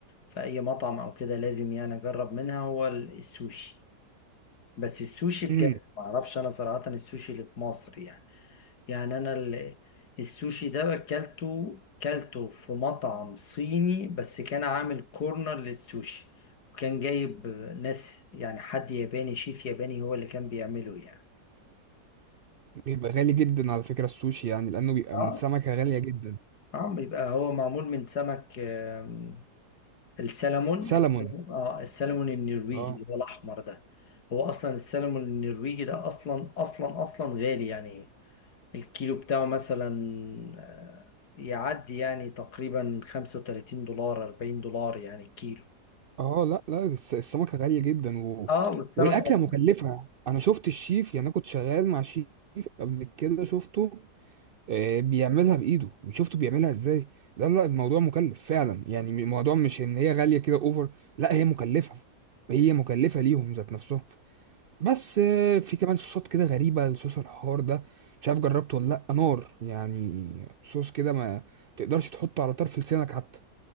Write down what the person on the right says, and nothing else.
امم
بيبقى غالي جدا على فكرة السوشي يعني لانه بيبقى
من سمكة غالية جدا
سلمون
اه
اه لا لا الس- السمكة غالية جدا و...
والاكلة مكلفة انا شفت الشيف يعني انا كنت شغال مع شيف قبل كده شفته آه، بيعملها بايده وشفته بيعملها ازاي لا لا الموضوع مكلف فعلا يعني الموضوع مش ان هي غاليه كده اوفر لا هي مكلفه هي مكلفه ليهم ذات نفسهم بس آه، في كمان صوصات كده غريبه صوص الحار ده مش عارف جربته ولا لا نار يعني صوص كده ما تقدرش تحطه على طرف لسانك حتى